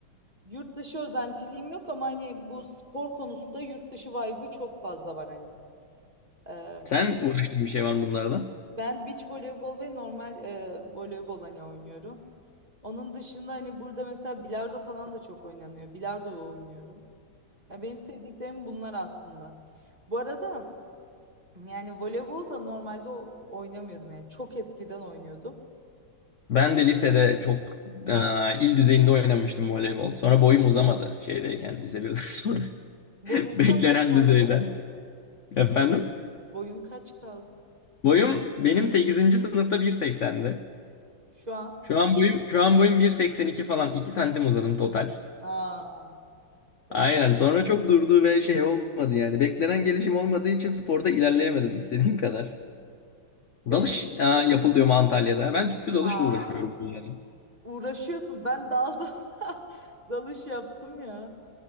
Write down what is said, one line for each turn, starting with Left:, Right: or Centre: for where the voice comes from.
Right: yurt dışı özentiliğim yok ama hani bu spor konusunda yurt dışı vibe'ı çok fazla var hani. E,
Left: <laughs> Sen uğraştığın bir şey var mı bunlardan?
Right: Ben beach voleybol ve normal e, voleybol hani oynuyorum. Onun dışında hani burada mesela bilardo falan da çok oynanıyor. Bilardo oynuyorum. Ya benim sevdiklerim bunlar aslında. Bu arada yani voleybol da normalde o- oynamıyordum yani çok eskiden oynuyordum.
Left: Ben de lisede çok e, il düzeyinde oynamıştım voleybol. Sonra boyum uzamadı şeydeyken lise 1'den sonra. <laughs>
Right: Boyun
Left: Beklenen
Right: kaç kaldı?
Left: düzeyden. Efendim?
Right: Boyun kaç kaldı?
Left: Boyum benim sekizinci sınıfta bir seksendi.
Right: Şu an.
Left: Şu an boyum şu an boyum 1.82 falan 2 santim uzadım total.
Right: Aa, evet.
Left: Aynen. Sonra çok durduğu ve şey olmadı yani. Beklenen gelişim olmadığı için sporda ilerleyemedim istediğim kadar.
Right: E,
Left: Dalış aa, yapılıyor mu Antalya'da? Ben tüplü dalışla
Right: aa,
Left: uğraşıyorum yani.
Right: uğraşıyorsun. Ben daldım. <laughs> Dalış yaptım ya.